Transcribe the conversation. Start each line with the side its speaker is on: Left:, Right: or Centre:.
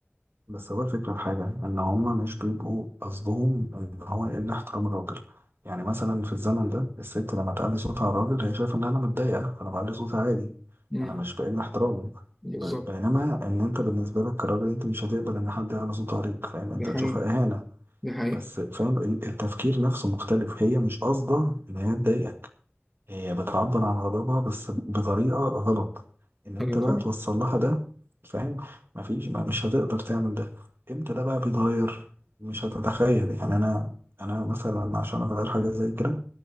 Right: بس هو الفكرة في حاجة إن هما مش بيبقوا قصدهم إن هو إلا احترام الراجل يعني مثلا في الزمن ده الست لما تعلي صوتها على الراجل هي شايفة إن أنا متضايقة فأنا بعلي صوتي عادي
Centre: مم.
Right: أنا مش بقل احترامه
Centre: بالظبط
Right: ب- بينما إن أنت بالنسبة لك كراجل أنت مش هتقبل إن حد يعلي صوته عليك فاهم أنت
Centre: دي حقيقة
Right: هتشوفها إهانة
Centre: دي حقيقة
Right: بس فاهم ال- التفكير نفسه مختلف هي مش قصده إن هي تضايقك هي بتعبر عن غضبها بس بطريقة غلط ان انت
Centre: أيوة فاهم
Right: بقى توصل لها ده فاهم مفيش ما مش هتقدر تعمل ده امتى ده بقى بيتغير مش هتتخيل يعني انا انا مثلا عشان اغير حاجة زي كده